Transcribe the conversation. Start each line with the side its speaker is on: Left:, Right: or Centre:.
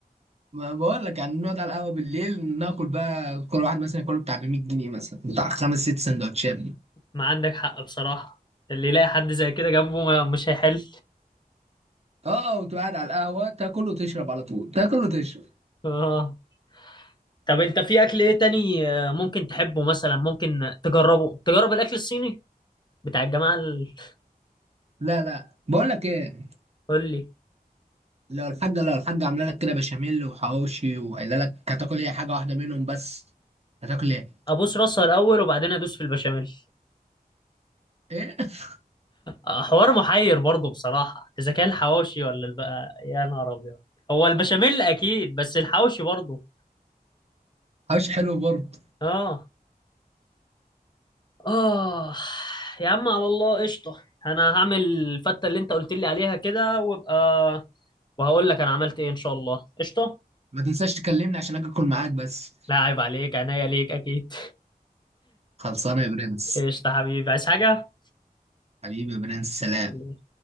Right: ما بقول لك يعني نقعد على القهوه بالليل ناكل بقى كل واحد مثلا ياكله بتاع ب 100 جنيه مثلا بتاع خمس ست سندوتشات دي
Left: ما عندك حق بصراحة اللي يلاقي حد زي كده جنبه ما- مش هيحل
Right: اه وتقعد على القهوه تاكل وتشرب على طول تاكل وتشرب
Left: اه طب انت في اكل ايه تاني آه، ممكن تحبه مثلا ممكن تجربه تجرب الاكل الصيني بتاع الجماعه ال...
Right: لا لا بقول لك ايه
Left: قول لي
Right: لو الحاجة لو الحاجة عاملة لك كده بشاميل وحواوشي وقايلة لك هتاكل ايه حاجة واحدة منهم بس هتاكل ايه؟
Left: ابوس راسها الاول وبعدين ادوس في البشاميل
Right: ايه؟ <laughs>
Left: آه، حوار محير برضه بصراحه اذا كان الحواوشي ولا البقى يا نهار ابيض هو البشاميل اكيد بس الحواوشي برضه
Right: حواوشي حلو برضه
Left: اه اه يا عم على الله قشطه انا هعمل الفته اللي انت قلت لي عليها كده وابقى وهقول لك انا عملت ايه ان شاء الله قشطه
Right: ما تنساش تكلمني عشان اجي اكل معاك بس
Left: لا عيب عليك عناية ليك اكيد
Right: خلصانة يا برنس
Left: قشطه حبيبي عايز حاجه
Right: حبيبي يا برنس سلام
Left: والله